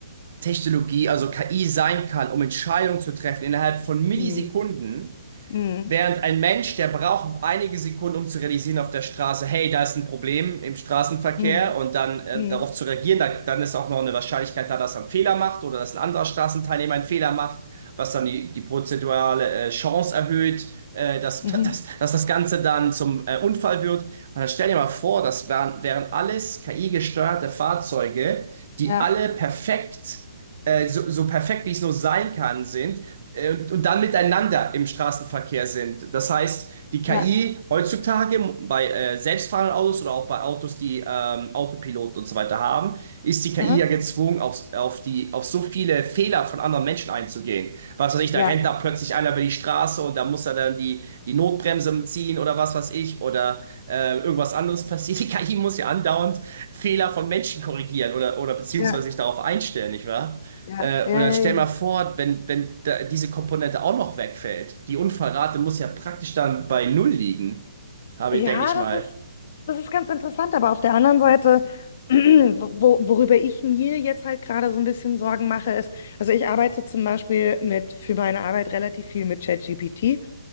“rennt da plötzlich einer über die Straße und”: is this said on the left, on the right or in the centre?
Right